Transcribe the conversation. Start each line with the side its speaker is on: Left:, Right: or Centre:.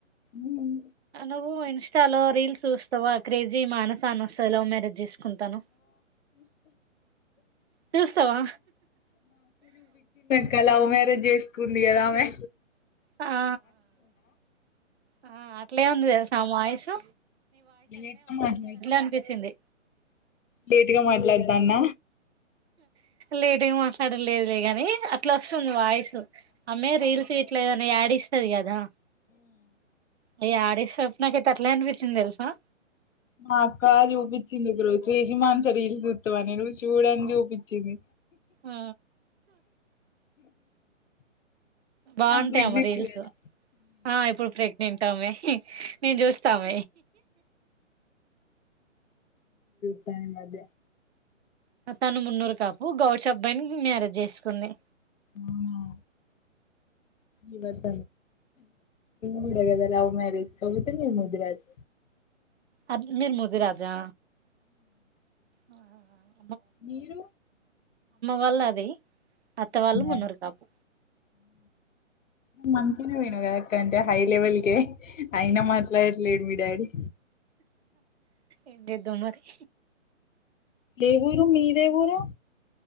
Left: ఉమ్.
Right: నువ్వు ఇన్స్టా లో, రీల్స్ చూస్తావా క్రేజీ మానసా అనీ ఓస్తాది. లవ్ మ్యారేజ్ జేస్. కుంతాను. చూస్తావా
Left: కా, లవ్ మ్యారేజ్ జేస్కుంది గాదా ఆమె.
Right: ఆ ఆ ఆ ఆ అట్లే ఉంది తెల్సా, ఆమె వాయిసు.
Left: లేట్గాట్ట్
Right: అనిపించింది
Left: లేట్గా మాట్లాడతాన్న
Right: లేదువి మాట్లాడలేదు ని అట్లా వస్తుంది వాయిస్ ఆమె రీల్స్ ఇట్లాదని యాడిస్తుది కదా అవి యాడిస్తప్పు నాక అయితే అట్లే అనిపించింది తెలుసా
Left: మా అక్క చూపించింది ఇప్పుడు తేజమాన్ సీల్లు చుస్తమని నువ్వు చూడని చూపించింది
Right: ఆ! బాగుంటాయ
Left: ఆమె ప్రెగ్నెంట్
Right: అమ్మ రీల్స్
Left: కదా
Right: ఆ ఇప్పుడు ప్రెగ్నెంట్ మ నేను చూస్తామ
Left: టై అద
Right: తను మున్నూరు కాపు గౌష్ అబ్బాయిని మ్యారేజ్ చేసుకుంది
Left: ఆ ఇవత ఊడిగదా లవ్ మ్యారేజ్ కగుతే ని ముదిర అ
Right: అది మీరు ముది రాజా ఆ
Left: మీరు
Right: వాళ్ళు అది అత్త వాళ్ళు మున్నూరు
Left: అ
Right: కాపు
Left: మంతిన వ ఎంటే హై లెవెల్కే అయినా మాట్లాడలేదు మీ డాడీ
Right: ఎంటిద్ద మరి
Left: ఏ ఊరు మీదే ఊరు